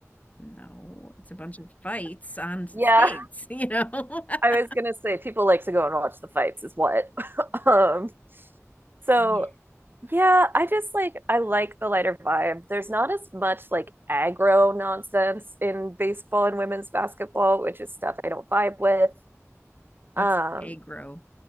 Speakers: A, on the left (about 30°); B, on the right (about 40°).
A: no, it's a bunch of fights on skates,
B: Yeah.
A: <laughs> you know?
B: I
A: <laughs>
B: was gonna say people like to go and watch the fights is what. <laughs> um, so
A: Yeah.
B: yeah, I just like I like the lighter vibe. There's not as much like aggro nonsense in baseball and women's basketball, which is stuff I don't vibe with.
A: What's
B: Um,
A: aggro?